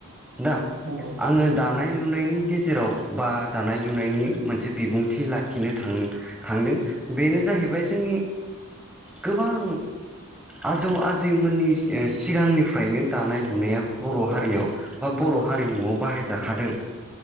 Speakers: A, in the centre; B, on the right.
A: दा
B: नंगौ नंगौ
A: आङो दानाय लुनायनि
B: औ
A: गेजेराव। बा दानाय लुनायनि मोनसे बिबुंथि लाखिनो थां थांदों बेनो जाहैबाय जों गोबां। आजौ आजैमोननि सिगांनिफ्रायनो दानाय। नुनाया बर' हारियाव
B: औ
A: बा बर' हारिमुआव बाहायजाखादों